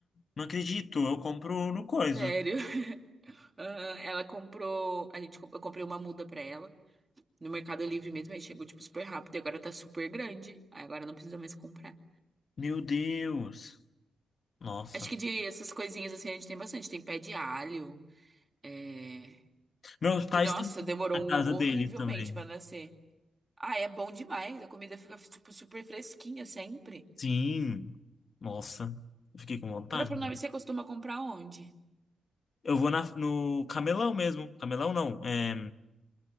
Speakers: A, on the left (about 50°); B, on the right (about 25°).
A: Não acredito, eu compro no coisa.
B: Sério. <laughs> Aham, Ela comprou, a gente, comp- eu comprei uma muda pra ela no Mercado Livre mesmo, aí chegou tipo super rápido e agora tá super grande. Aí agora não precisa mais comprar.
A: Meu Deus. Nossa.
B: Acho que de essas coisinhas assim a gente tem bastante. Tem pé de alho, é,
A: Meus pais
B: que nossa,
A: têm
B: demorou
A: na
B: um-
A: casa
B: horrivelmente
A: dele também.
B: pra nascer. Ah, é bom demais. A comida fica tipo super fresquinha sempre.
A: Sim. Nossa. Eu Fiquei com vontade.
B: Propronobis, você costuma comprar onde?
A: Eu vou na- no camelão mesmo. Camelão não. É,